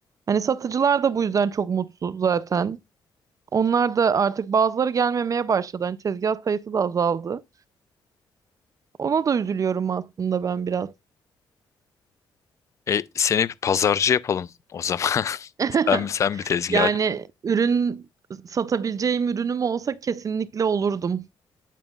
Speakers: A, on the right; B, on the left.
A: Hani satıcılar da bu yüzden çok mutsuz zaten. Onlar da artık bazıları gelmemeye başladı. Hani tezgah sayısı da azaldı. Ona da üzülüyorum aslında ben biraz.
B: E, seni bir pazarcı yapalım o zaman. <laughs>
A: <laughs>
B: Sen, sen bir tezgah
A: Yani
B: aç.
A: ürün satabileceğim ürünüm olsa kesinlikle olurdum.